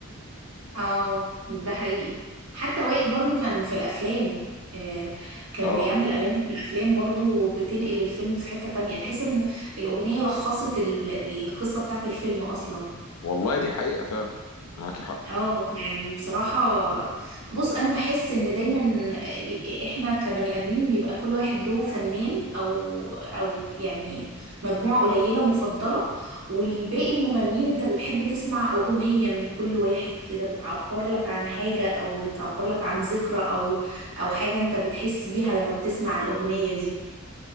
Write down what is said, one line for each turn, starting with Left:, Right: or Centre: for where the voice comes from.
Right: اه ده حقيقي حتى وائل برضو كان في الافلام آه كان
Left: اه
Right: بيعمل اغاني في الافلام برضو بتنقل الفيلم في حتة تانية تحس ان الاغنية لخصت ال- القصة بتاعت الفيلم اصلا
Left: والله دي حقيقة فعلا معاكي حق
Right: اه يعني بصراحة بص انا بحس ان دايما ال- احنا كبني ادمين بيبقى كل واحد له فنان او او يعني مجموعة قليلة مفضلة والباقي المغنيين انت بتحب تسمع اغنية من كل واحد كده بتعبر لك عن حاجة او بتعبر لك عن ذكرى او او حاجة انت بتحس بيها لما بتسمع الاغنية دي